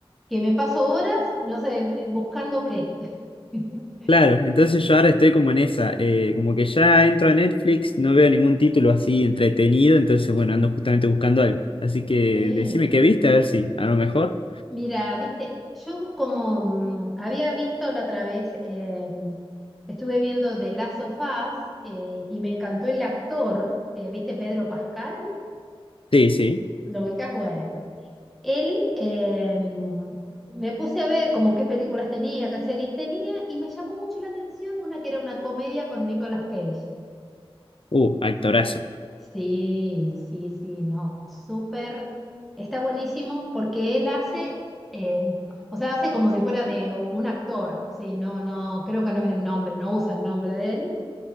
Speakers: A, in the centre; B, on the left.
A: que me paso horas, no sé, eh, buscando qué. <laughs>
B: Claro, entonces yo ahora estoy como en esa, eh, como que ya entro a Netflix, no veo ningún título así entretenido, entonces bueno, ando justamente buscando algo. Así que
A: Sí,
B: decime qué viste, a ver si, a lo mejor.
A: mira, viste, yo como mm, había visto la otra vez, eh, estuve viendo The Last of Us eh, y me encantó el actor, eh, viste, Pedro Pascal.
B: Sí, sí.
A: Lo ubicas, bueno. Él, eh, me puse a ver como qué películas tenía, qué series tenía, y me llamó mucho la atención una que era una comedia con Nicolas Cage.
B: Uh, actorazo.
A: Sí, sí, sí, no, súper, está buenísimo porque él hace, eh, o sea, hace como si fuera de un actor, sí, no, no, creo que no es el nombre, no usa el nombre de él,